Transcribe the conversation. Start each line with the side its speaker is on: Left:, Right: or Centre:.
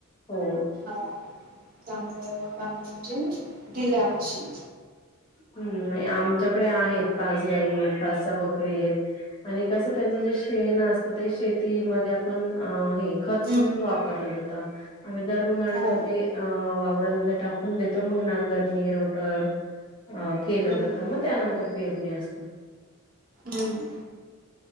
Left: हो,
Right: हा त्यामुळे मग आम्ही म्हणजे दिल्या म्हशी.
Left: हम्म. नाही आमच्याकडे आहेत पाच गाई आहेत. पाच-सहा बकरी आहेत. आणि कसं त्यांचं जे शेण असतं. ते शेतीमध्ये आपण अ हे खत
Right: हम्म
Left: म्हणून वापरलं जातं. आम्ही दर उन्हाळ्यामध्ये
Right: हो
Left: अ वावरांमध्ये टाकून देतो. मग नांगरणी रोटर तर अ केलं
Right: हम्म
Left: जातं.
Right: हम्म
Left: मग त्यानंतर पेरणी असते.
Right: हम्.